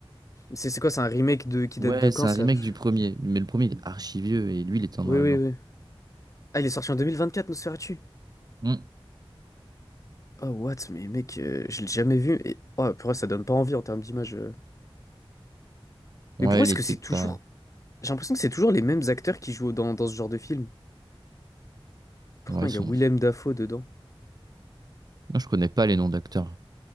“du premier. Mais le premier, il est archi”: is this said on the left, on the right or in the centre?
Right